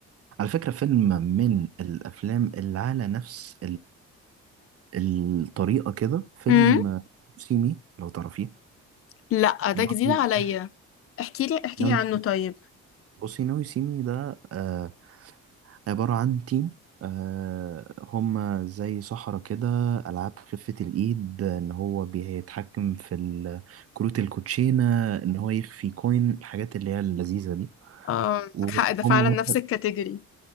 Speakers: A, on the right; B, on the left.
A: على فكرة فيلم من الأفلام اللي على نفس الطريقة كده فيلم
B: امم
A: سيمي لو تعرفيه
B: لا ده
A: برضه
B: جديد عليا
A: صح
B: احكي لي احكي
A: ناوي
B: لي عنه طيب
A: بصي ناوي سيمي ده آه عبارة عن تيم آه هم زي صحراء كده ألعاب خفة الإيد إن هو بيتحكم في ال- كروت الكوتشينة إن هو يخفي كوين الحاجات اللي هي اللذيذة دي
B: اه معاك
A: وهم
B: حق ده فعلا نفس الكاتيجوري